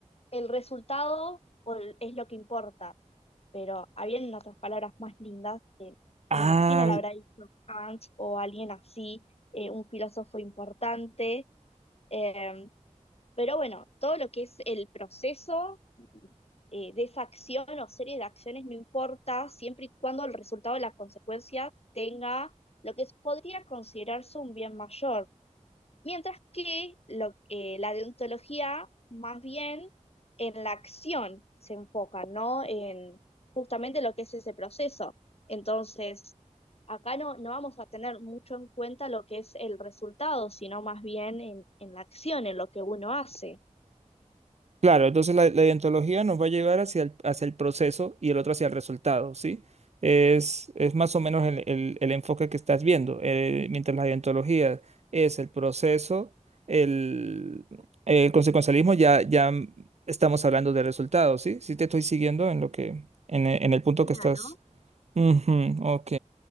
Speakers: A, on the left; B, on the right.
A: el resultado o el- es lo que importa, pero habiendo otras palabras más lindas, que
B: Ah,
A: me imagino la habrá dicho Kant o alguien así, eh, un filósofo importante, eh, pero bueno, todo lo que es el proceso eh, de esa acción o serie de acciones no importa, siempre y cuando el resultado de la consecuencia tenga lo que podría considerarse un bien mayor. Mientras que lo- eh, la deontología más bien en la acción se enfoca, ¿no? En justamente lo que es ese proceso. Entonces, acá no, no vamos a tener mucho en cuenta lo que es el resultado, sino más bien en, en la acción, en lo que uno hace.
B: Claro, entonces la, la ideontología nos va a llevar hacia el, hacia el proceso y el otro hacia el resultado, ¿sí? Es, es más o menos el, el- el enfoque que estás viendo. Eh, mientras la ideontología es el proceso, el, el consecuencialismo ya, ya estamos hablando de resultados, ¿sí? Sí te estoy siguiendo en lo que, en, e- en el punto
A: Claro.
B: que estás. Ujú, ok.